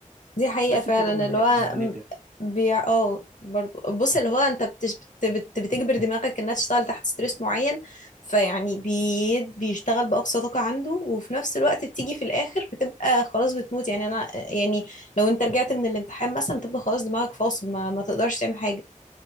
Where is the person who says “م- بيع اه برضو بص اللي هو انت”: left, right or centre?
Left